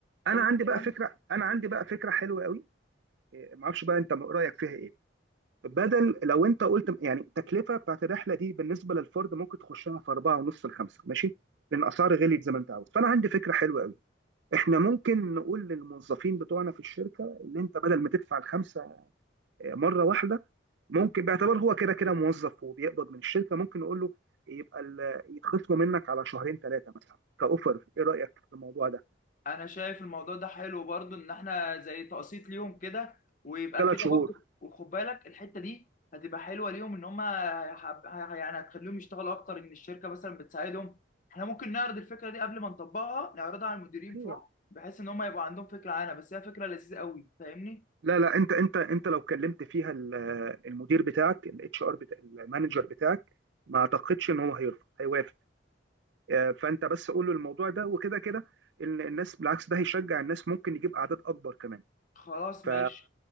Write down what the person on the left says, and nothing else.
حلو
الكلام
انا شايف الموضوع ده حلو برضو ان احنا زي تقسيط ليهم كده ويبقى
كده
برضو وخد بالك الحته دي هتبقى حلوه ليهم ان هم هيحب- هي- يعني هتخليهم يشتغلوا اكتر ان الشركه مثلا بتساعدهم احنا ممكن نعرض الفكره دي قبل ما نطبقها نعرضها على المديرين
فوق بحيث ان هم يبقى عندهم فكره عنها بس هي فكره لذيذه قوي فاهمني
خلاص
ماشي